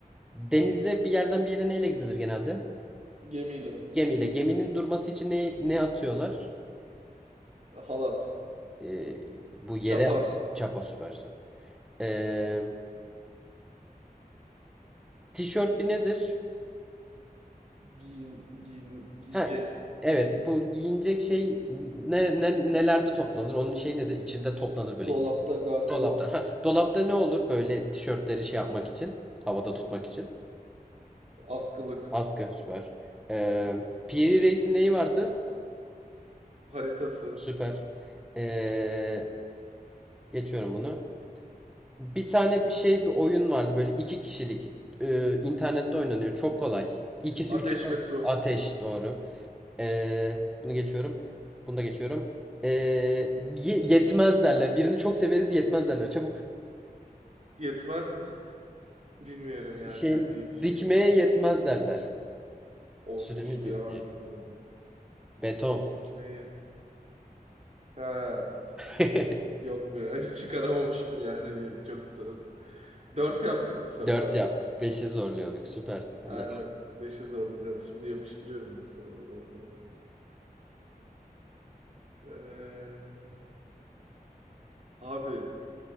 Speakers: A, in the centre; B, on the right.
A: denize bir yerden bir yere neyle gidilir genelde?
B: Gemiyle.
A: Gemiyle. Geminin durması için ne, ne atıyorlar?
B: Halat.
A: Ee, bu yere
B: Çapa
A: at. Çapa süpersin. Ee, tişört bir nedir?
B: giyin, giyin, giyecek.
A: Ha, evet bu giyinecek şey ne, ne- nelerde toplanır? Onun şey nedir? İçinde toplanır
B: Dolapta
A: böyle.
B: gardırop,
A: Dolapta. Ha, dolapta ne olur böyle tişörtleri şey yapmak için? Havada tutmak için.
B: askılık,
A: Askı süper. Ee, Piri Reis'in neyi vardı?
B: haritası,
A: Süper. Ee, geçiyorum bunu. Bir tane bir şey bir oyun vardı böyle iki kişilik. Ee, internette oynanıyor. Çok kolay. İkisi
B: ateş
A: üçü dört.
B: ve su.
A: Ateş doğru. Ee, bunu geçiyorum. Bunu da geçiyorum. Ee, ye- yetmez derler. Birini çok severiz yetmez derler. Çabuk.
B: Yetmez. Bilmiyorum ya
A: Şey,
B: kanka yetişemeyecek.
A: dikmeye yetmez derler.
B: O
A: Süremiz
B: işi bilemezdim
A: bitti.
B: bunu.
A: Beton.
B: Dikmeyi. Ha.
A: <laughs>
B: Yok be <laughs> hiç çıkaramamıştım yani. Çok zor. Dört yaptık bu sefer.
A: Dört yaptık. beşe zorluyorduk. Süper. Hadi.
B: Aynen. Beşe zorlayacağız. Şimdi yapıştırıyorum ben soruları o zaman. Ee, abi